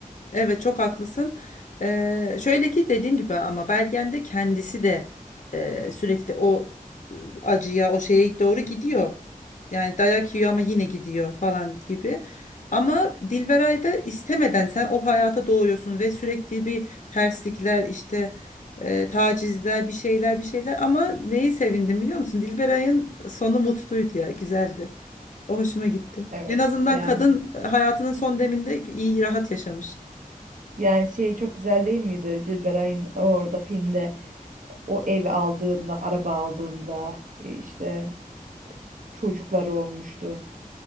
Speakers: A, on the left; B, on the right.
A: Evet çok haklısın. Ee, şöyle ki dediğim gibi ama Bergen de kendisi de e, sürekli o e, acıya o şeye doğru gidiyor. Yani dayak yiyor ama yine gidiyor falan gibi. Ama Dilberay da istemeden sen o hayata doğuyorsun ve sürekli bir terslikler işte e, tacizler bir şeyler bir şeyler ama neyi sevindim biliyor musun? Dilberay'ın sonu mutluydu ya güzeldi. O hoşuma gitti.
B: Evet
A: En azından
B: yani
A: kadın e, hayatının son deminde iyi rahat yaşamış.
B: yani şey çok güzel değil miydi Dilberay'ın orada filmde o ev aldığında, araba aldığında e, işte çocukları olmuştu.